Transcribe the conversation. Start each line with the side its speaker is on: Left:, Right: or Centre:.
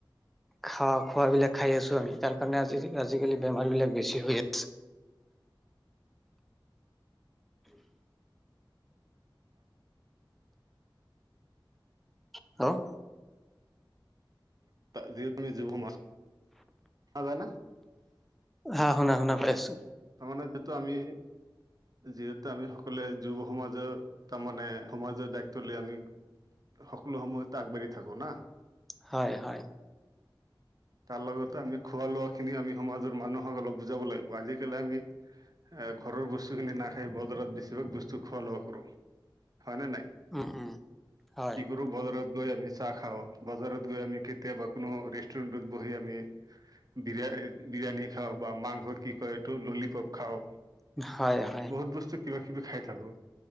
Centre: খোৱা খোৱাবিলাক খাই আছো আমি, তাৰ কাৰণে আজি আজিকালি বেমাৰ বিলাক বেছি হৈ আছে। <inaudible>
Right: দি তুমি, <unintelligible> যায় না?
Centre: হা শুনা-শুনা পাই আছো।
Right: তাৰমানে যিহেতু আমি যিহেতু আমি সকলোৱে যুৱ সমাজৰ তাৰমানে সমাজৰ দায়িত্ব লৈ আমি সকলো সময়তে আগবাঢ়ি থাকো না।
Centre: হয়, হয়।
Right: তাৰ লগতে আমি খোৱা লোৱা-খিনিও আমি সমাজৰ মানুহক অলপ বুজাব লাগিব আজি আজাকালি আমি এ ঘৰৰ বস্তুখিনি নাখাই বজাৰত বেছিভাগ বস্তু খোৱা-লোৱা কৰো। হয়নে নাই?
Centre: উম, উম, হয়।
Right: আৰু বজাৰত গৈ আমি চাহ খাওঁ, বজাৰত গৈ আমি কেতিয়াবা কোনো ৰেষ্টুৰেণ্টত বহি আমি বিৰিয়া বিৰিয়ানী খাওঁ বা মাংস কি কয় টো ললিপপ খাও,
Centre: হয় হয়
Right: বহুত বস্তু কিবা কিবি খাই থাকো।